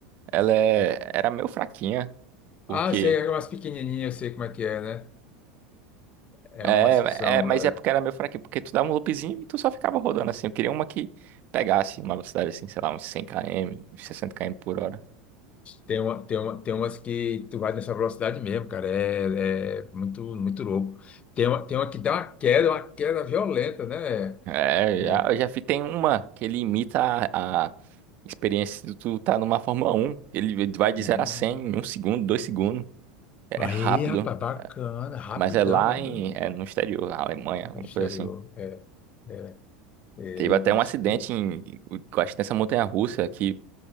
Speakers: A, on the right; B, on the left.
A: ela é- era meio fraquinha, porque
B: Ah, eu sei, é umas pequenininhas, eu sei como é que é, né? É
A: É,
B: umas que são.
A: é, mas
B: é,
A: é porque era meio fraquinho, porque tu dava um loopzinho e tu só ficava rodando assim. Eu queria uma que pegasse uma velocidade assim, sei lá, uns 100 km, uns 60 km por hora.
B: Tem uma, tem uma, tem umas que tu vai nessa velocidade mesmo, cara. É, é muito, muito louco. Tem uma, tem uma que dá uma queda, uma queda violenta, né?
A: É,
B: É.
A: já, eu já fi- tem uma que ele imita a, a experiência de tu tá numa Fórmula Um. Ele vai de
B: Hum.
A: 0 a 100 em um segundo, dois segundos. É
B: Aí,
A: rápido,
B: rapaz, bacana, rapidão,
A: mas é lá
B: né?
A: em,
B: velho?
A: é no exterior, na Alemanha, alguma
B: Exterior.
A: coisa assim.
B: É, é.
A: Teve
B: Eita.
A: até um acidente
B: O-
A: em, eu acho que nessa montanha-russa que